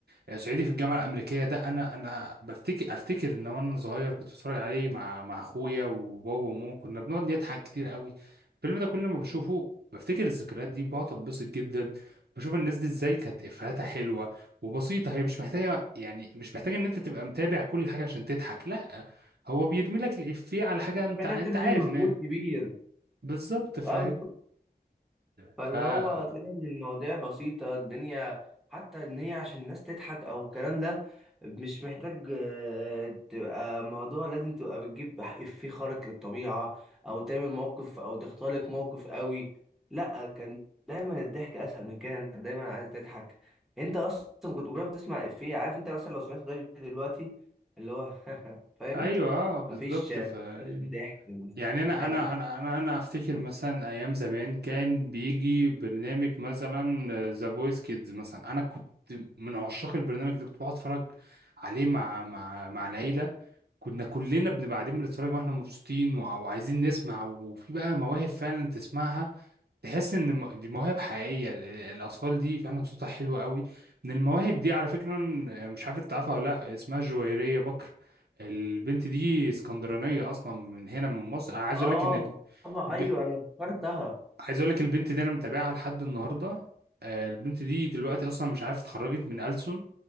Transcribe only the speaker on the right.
آه، صعيدي في الجامعة الأمريكية ده أنا أنا بفتكر أفتكر إن وأنا صغير كنت بتفرج عليه مع مع أخويا وبابا وماما كنا بنقعد نضحك كتير قوي الفيلم ده كل ما بشوفه بفتكر الذكريات دي وبقعد أتبسط جدا بشوف الناس دي إزاي كانت إفيهاتها حلوة وبسيطة هي مش محتاجة يعني مش محتاجة إن أنت تبقى متابع كل حاجة عشان تضحك لأ هو بيرمي لك الإفيه على حاجة أنت
أنت
عارف
إن هي
بالظبط فاهم
فا
ايوه اه بالظبط
فا
يعني انا
انا انا انا انا افتكر مثلا ايام زمان كان بيجي برنامج مثلا ذا فويس كيدز مثلا انا كنت من عشاق البرنامج ده كنت بقعد اتفرج عليه مع مع مع العيله كنا كلنا بنبقى قاعدين بنتفرج واحنا مبسوطين وع- وعايزين نسمع وفي بقى مواهب فعلا تسمعها تحس ان الم- دي مواهب حقيقيه ال- الاطفال دي فعلا صوتها حلو قوي من المواهب دي على فكره إن- آه، مش عارف انت عارفها ولا لا اسمها جويريه بكر البنت دي اسكندرانيه اصلا من هنا من مصر انا عايز
اقول لك ان الب...
ب...
عايز اقول لك البنت دي انا متابعها لحد النهارده آه، البنت دي دلوقتي اصلا مش عارف اتخرجت من ألسن